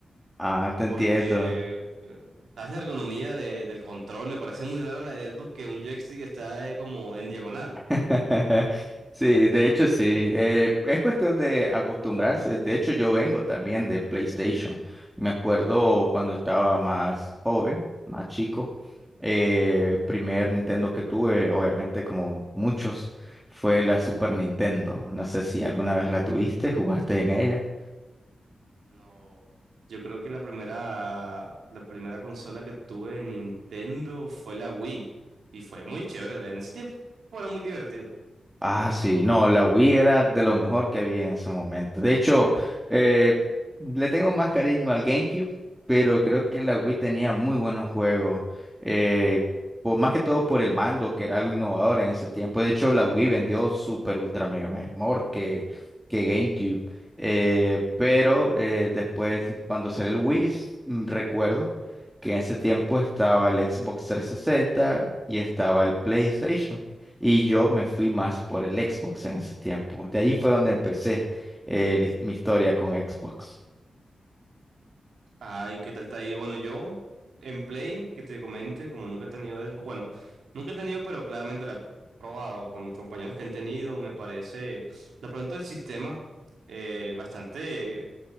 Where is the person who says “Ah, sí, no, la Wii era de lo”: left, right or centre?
Centre